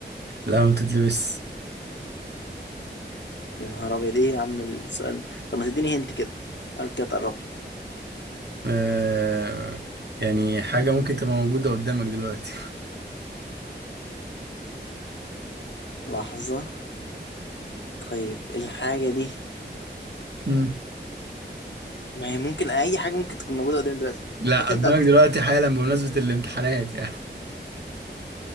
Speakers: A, on the right; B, on the left.
A: لا ما بتتلبس
B: يا نهار أبيض إيه يا عم السؤال ده؟ طب ما تديني هنت كده قال كده تقرب لي
A: آه يعني حاجة ممكن تبقى موجودة قدامك دلوقتي
B: لحظة طيب الحاجة دي
A: <laughs> مم.
B: ما هي ممكن أي حاجة ممكن تكون موجودة قدامي دلوقتي
A: لا
B: هات
A: قدامك
B: أنت أكتر
A: دلوقتي حالا بمناسبة الامتحانات يعني